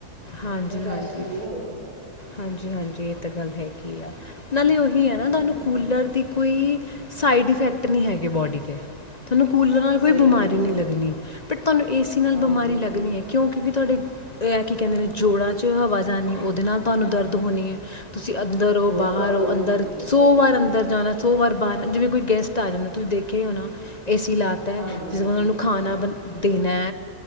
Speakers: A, on the left; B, on the right.
A: ਹਾਂਜੀ
B: ਨਾਲੇ ਰੈਸਟ
A: -ਹਾਂਜੀ,
B: ਵਧੀਆ ਹੋ ਜਾਂਦਾ ਹੈ।
A: ਹਾਂਜੀ -ਹਾਂਜੀ ਇਹ ਤਾਂ ਗੱਲ ਹੈਗੀ ਆ ਨਾਲੇ ਹੀ ਹੈ ਨਾ ਤੁਹਾਨੂੰ
B: ਹੂੰ
A: ਕੂਲਰ ਦੀ ਕੋਈ ਸਾਈਡ ਇਫੈਕਟ ਨਹੀਂ ਹੈਗੇ ਬੋਡੀ ਤੇ ਤੁਹਾਨੂੰ ਕੂਲਰ ਨਾਲ ਕੋਈ
B: ਸਹੀ
A: ਬਿਮਾਰੀ
B: ਗੱਲ ਆ
A: ਨਹੀਂ ਲੱਗਣੀ। ਬਟ ਤੁਹਾਨੂੰ ਏ ਸੀ ਨਾਲ
B: ਹਾਂਜੀ
A: ਬਿਮਾਰੀ ਲੱਗਣੀ ਹੈ। ਕਿਉਂਕਿ ਕਿਉਂਕਿ ਤੁਹਾਡੇ, ਐ ਇਹ ਕੀ ਕਹਿੰਦੇ ਨੇ ਜੋੜਾਂ ਚ ਹਵਾ ਜਾਣੀ ਹੈ। ਉਹਦੇ ਨਾਲ ਤੁਹਾਨੂੰ ਦਰਦ ਹੋਣੀ ਹੈ। ਤੁਸੀਂ ਅੰਦਰ ਹੋ
B: ਬਹੁਤ
A: ਬਾਹਰ
B: ਪ੍ਰੋਬਲਮ
A: ਹੋ ਅੰਦਰ
B: ਹੁੰਦੀ ਹੈ
A: ਸੌ
B: ਸਹੀ
A: ਵਾਰ
B: ਗੱਲ
A: ਅੰਦਰ
B: ਹੈ
A: ਜਾਣਾ ਸੋ ਵਾਰ ਬਾਹਰ ਜਿਵੇਂ ਕੋਈ ਗੈਸਟ ਆ ਜਾਂਦਾ। ਤੁਸੀਂ ਦੇਖਿਆ ਹੀ ਹੋਣਾ। ਏ ਸੀ ਲਾਤਾ।
B: ਹਾਂਜੀ
A: ਜਿਵੇਂ ਉਹਨਾਂ ਨੂੰ ਖਾਣਾ ਬਣਾਉਣਾ ਦੇਣਾ